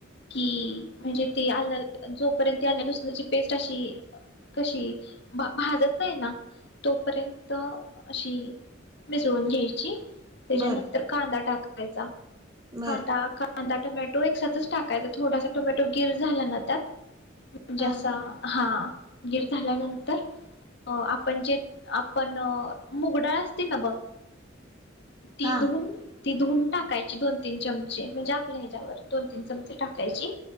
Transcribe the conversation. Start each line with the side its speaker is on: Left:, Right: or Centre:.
Left: की म्हणजे ते आलल जोपर्यंत ती आलं लसणाची पेस्ट अशी कशी भा भाजत नाही ना तोपर्यंत अशी मिसळून घ्यायची त्याच्यानंतर
Right: बर
Left: कांदा टाक व्हायचा
Right: बर
Left: कांदा का कांदा टोमॅटो एकसातच टाकायचा थोडासा टोमॅटो गिर झाला ना त्यात
Right: हा
Left: जसा हा गीर झाल्यानंतर अ आपण जे आपण मूगडाळ असते ना बघ ती
Right: हा
Left: धु ती धुऊन टाकायची दोन तीन चमचे म्हणजे आपल्या ह्याच्यावर दोन तीन चमचे टाकायची